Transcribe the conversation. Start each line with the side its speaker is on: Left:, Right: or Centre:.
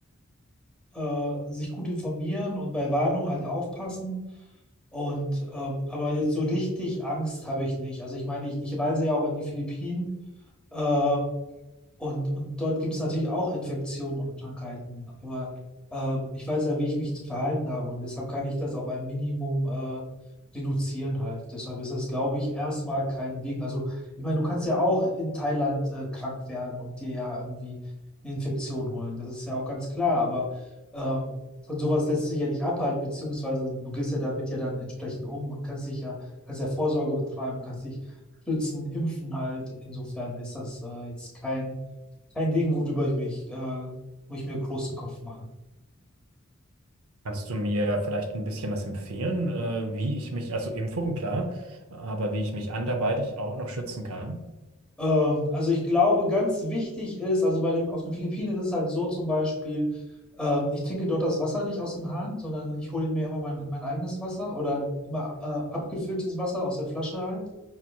Centre: äh, äh, sich gut informieren und bei Warnung halt aufpassen. Und ähm, aber jetzt so richtig Angst habe ich nicht. Also ich meine, ich, ich reise ja auch in die Philippinen. Äh, und, und dort gibt es natürlich auch Infektionen und Krankheiten. Aber ähm, ich weiß ja, wie ich mich zu verhalten habe. Und deshalb kann ich das auf ein Minimum äh, reduzieren halt. Deshalb ist das, glaube ich, erstmal kein Ding. Also, ich meine, du kannst ja auch in Thailand äh, krank werden und dir ja irgendwie eine Infektion holen. Das ist ja auch ganz klar. Aber ähm, von sowas lässt sich ja nicht abhalten, beziehungsweise du gehst ja damit ja dann entsprechend um und kannst dich ja, kannst ja Vorsorge betreiben, kannst dich schützen, impfen halt. Insofern ist das äh, jetzt kein kein Ding, worüber ich mich, äh, wo ich mir großen Kopf mache.
Right: Kannst du mir vielleicht ein bisschen was empfehlen, äh, wie ich mich, also Impfung, klar, aber wie ich mich anderweitig auch noch schützen kann?
Centre: Ähm, also ich glaube, ganz wichtig ist, also bei dem, auf den Philippinen ist es halt so zum Beispiel, ähm, ich trinke dort das Wasser nicht aus dem Hahn, sondern ich hole mir immer mein, mein eigenes Wasser oder immer äh, abgefülltes Wasser aus der Flasche halt.